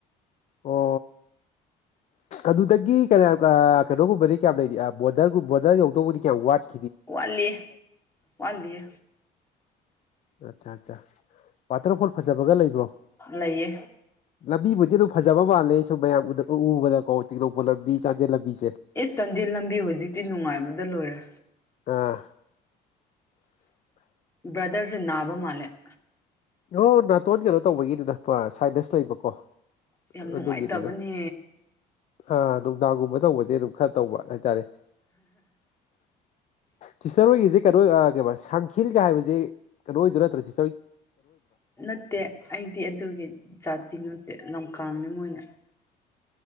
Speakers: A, on the left; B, on the left.
A: ꯑꯣ ꯑꯗꯨꯗꯒꯤ ꯀꯩꯅ ꯀꯩꯅꯣꯒꯨꯝꯕꯗꯤ ꯀꯌꯥꯝ ꯂꯩꯔꯤ ꯕꯣꯗꯔꯒꯨꯝꯕ ꯕꯣꯔꯗꯔ ꯌꯧꯗꯧꯕꯗꯤ ꯀꯌꯥꯝ ꯋꯥꯠꯂꯤꯦ
B: ꯋꯥꯂꯤꯦ ꯋꯥꯂꯤꯦ
A: ꯑꯠꯆꯥ ꯑꯠꯆꯥ ꯋꯥꯇꯔꯐꯣꯜ ꯐꯖꯕꯒ ꯂꯩꯕ
B: ꯂꯩꯌꯦ
A: ꯂꯝꯕꯤꯕꯨꯗꯤ ꯑꯗꯨꯝ ꯐꯖꯕ ꯃꯥꯜꯂꯦ ꯁꯨꯝ ꯃꯌꯥꯝ ꯎꯕꯗꯀꯣ ꯇꯦꯡꯅꯧꯄ ꯂꯝꯕꯤ ꯆꯥꯟꯗꯦꯜ ꯂꯝꯕꯤꯁꯦ
B: ꯏꯁ ꯆꯥꯟꯗꯦꯜ ꯂꯝꯕꯤ ꯍꯧꯖꯤꯛꯇꯤ ꯅꯨꯡꯉꯥꯏꯕꯗ ꯂꯣꯏꯔꯦ
A: ꯑꯥ
B: ꯕꯗꯔꯁꯦ ꯅꯥꯕ ꯃꯥ ꯍꯂꯦꯛ
A: ꯑꯣ ꯅ ꯇꯧ ꯦꯂꯣ ꯇꯧꯕꯒꯤꯗꯨꯅ ꯁꯥꯏꯗꯁ ꯂꯩꯕꯀꯣ
B: ꯌꯥꯝ ꯅꯨꯡꯉꯥꯏꯇꯕꯅꯦ
A: ꯑꯗꯨꯒꯤꯗꯨꯗ ꯑ ꯅꯨꯡꯗꯥꯡꯒꯨꯝꯕ ꯇꯧꯕꯁꯦ ꯑꯗꯨꯝ ꯈꯠ ꯇꯧꯕ ꯍꯥꯏꯇꯥꯔꯦ ꯁꯤꯇꯔ ꯍꯣꯏꯒꯤꯁꯦ ꯀꯩꯅꯣ ꯁꯪꯈꯤꯜꯒ ꯍꯥꯏꯕꯕꯁꯤ ꯀꯩꯅꯣ ꯑꯣꯏꯗ ꯅꯠꯇ꯭ꯔ ꯁꯤ
B: ꯅꯠꯇꯦ ꯑꯩꯗꯤ ꯑꯗꯨꯒꯤ ꯖꯥꯇꯤ ꯂꯝꯀꯥꯡꯅꯤ ꯃꯣꯏꯅ